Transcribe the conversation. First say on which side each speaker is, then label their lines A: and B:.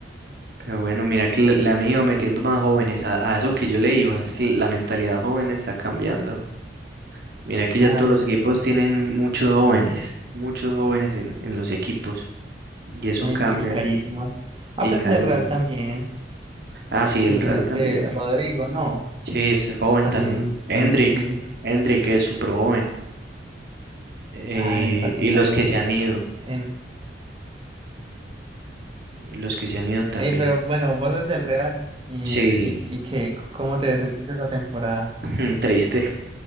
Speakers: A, on the right; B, on the right.
A: Pero bueno, mira que le, le han ido metiendo más jóvenes a, a eso que yo le iba. Es que la mentalidad joven está cambiando. Mira que
B: Nada,
A: ya todos
B: sí,
A: los equipos
B: también.
A: tienen muchos jóvenes, muchos jóvenes en, en los equipos. Y eso
B: No,
A: cambia
B: y, y carísimos. Ah,
A: y
B: pues
A: carecen.
B: el Real también.
A: Ah, sí,
B: Eh,
A: el Real
B: Este,
A: también.
B: Rodrigo, no,
A: Sí, es joven
B: es también
A: también. Hendrik,
B: un niño.
A: Hendrik es súper joven. eh,
B: Ay, epa,
A: y
B: sí, también.
A: los que se han ido.
B: En...
A: Los que se han ido también.
B: Ey, pero bueno, vos sos del Real y,
A: Sí,
B: y, y qué, ¿cómo te sentiste esa temporada?
A: <laughs> triste,